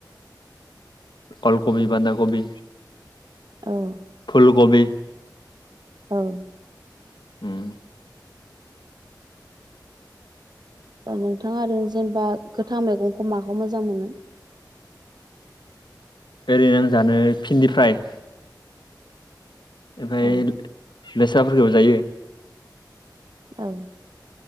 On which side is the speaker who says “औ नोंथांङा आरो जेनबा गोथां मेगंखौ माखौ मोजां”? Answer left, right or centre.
Right